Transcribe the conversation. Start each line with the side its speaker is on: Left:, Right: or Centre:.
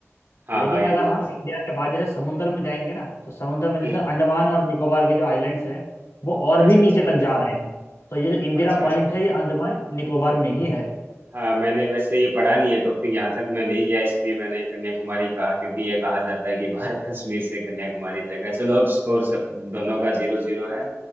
Right: हाँ
Left: लेकिन
Right: हाँ ये
Left: अगर हम
Right: इस,
Left: इंडिया के बाहर जैसे समुद्र में जाएंगे ना तो समुद्र में जैसे
Right: हम्म,
Left: अंडमान और निकोबार के जो आइलैंड्स हैं वो और
Right: अच्छा
Left: भी नीचे
Right: अच्छा
Left: तक जा रहे हैं तो ये जो इंदिरा
Right: अच्छा
Left: पॉइंट
Right: अच्छा
Left: है ये अंडमान निकोबार में ही है
Right: हाँ मैंने वैसे ये पढ़ा नहीं है टॉपिक यहाँ तक मैं नहीं गया इसलिए मैंने कन्याकुमारी कहा क्योंकि ये कहा जाता है कि भारत कश्मीर से कन्याकुमारी तक है चलो अब स्कोर सब दोनों का जीरो जीरो है